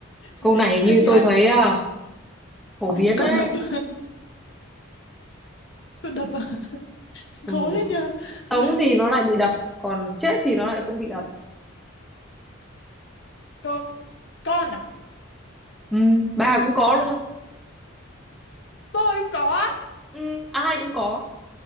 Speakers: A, in the centre; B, on the left.
A: Câu
B: <laughs>
A: này
B: chết
A: như
B: thì
A: tôi
B: ai
A: thấy à, phổ biến
B: còn
A: đấy.
B: đập <laughs> còn đập à
A: Ừ.
B: khó đấy nhờ
A: sống
B: <laughs>
A: thì nó lại bị đập còn chết thì nó lại không bị đập
B: con con à
A: ừ, bà cũng
B: con
A: có luôn
B: à tôi cũng có á
A: ừ, ai cũng có